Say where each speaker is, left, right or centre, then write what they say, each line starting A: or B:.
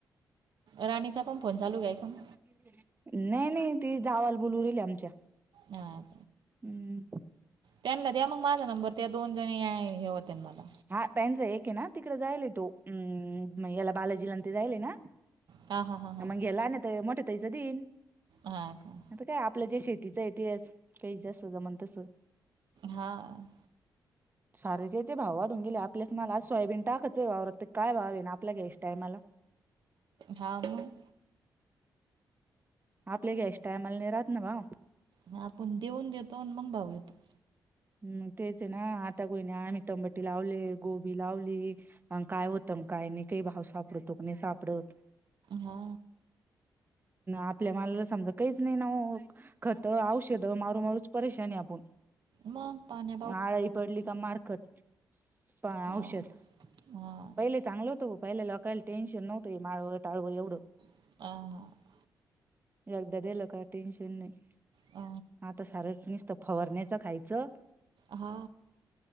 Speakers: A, on the right (about 65°); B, on the right (about 25°).
A: राणीचा पण फोन चालू घ्या ऐकून
B: <inaudible> नाही नाही ते जावाला बोलू राहिले आमच्या.
A: हां.
B: हम्म.
A: त्यांना द्या मग माझा नंबर त्या दोन जणी हे होतील मला.
B: हा त्यांच एक आहे ना तिकड जायला तो अम् याला बालाजीलांत जायलय ना.
A: हा हा हा हां
B: माझे लहान मोठ्या ताईचे देईल.
A: हां का.
B: काय आपलं जे शेतीच आहे तेच काही जसं जमण तसं.
A: हां.
B: शारेजचे भावात. आपल्याच मला सोयाबीन टाकायच काय भावा आणि आपलं घ्यायचं टायमाला.
A: हा मग.
B: आपले घ्यायचा टायमाला न राहात ना भाव.
A: म आपण देऊन देतो मग भाव येतो.
B: हम् तेच आहे ना आता कोणी नाही आम्ही तंबटी लावले गोबी लावली. अ काय होतं म काही नाही काही भाव सापडतोक नाही सापडतत.
A: हा
B: आपल्या मलाला समजा काहीच नाही ना ओ. खत, औषधं मारू मारूच परेशान आपण.
A: मग पाणी.
B: आळाई पडली का मारखत पण
A: हा
B: औषध.
A: हा
B: पहिले चांगलं होतं पहिल्या लोकायला टेन्शन नव्हत माळ टाळवं एवढं.
A: हां
B: एकदा दिलं का टेनशन नाही.
A: अ
B: हा तर सारच नुसतं फववरण्याचं खायचं.
A: हा हा